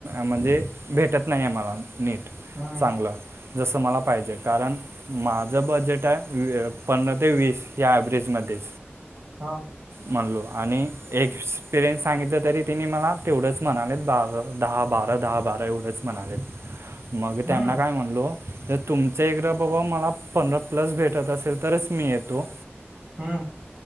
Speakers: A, on the right; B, on the right.
A: म्हणजे भेटत नाही मला नीट.
B: हम्म
A: चांगलं जसं मला पाहिजे. कारण माझं बजेट आहे पंधरा ते वीस या एवरेज मध्ये
B: हा.
A: म्हणलो आणि एक एक्सपिरियन्स सांगितलं तरी तिने मला तेवढंच म्हणालेत. बारा, दहा बारा, दहा बारा एवढंच म्हणालेत. मग
B: हम्म
A: त्यांना काय म्हणलो, तर तुमचा एकदा बाबा मला पंधरा प्लस भेटत असेल तरच मी येतो.
B: हम्म.